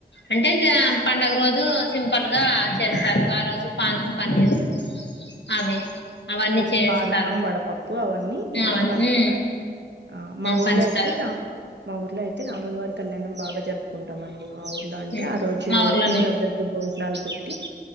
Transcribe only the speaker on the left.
అంటే పండుగ రోజు సింపల్ ఆ చేస్తారు ఆ రోజు పానకం పన్నీరు అవి అవన్నీ
చేస్తారు
అవన్నీ
పంచుతారు
అవి
మా ఊర్లో
లేదు